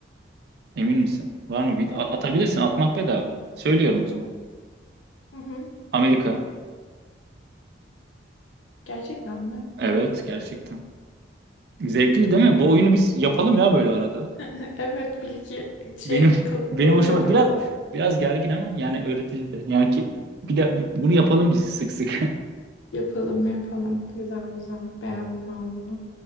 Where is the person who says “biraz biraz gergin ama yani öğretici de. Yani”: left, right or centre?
Right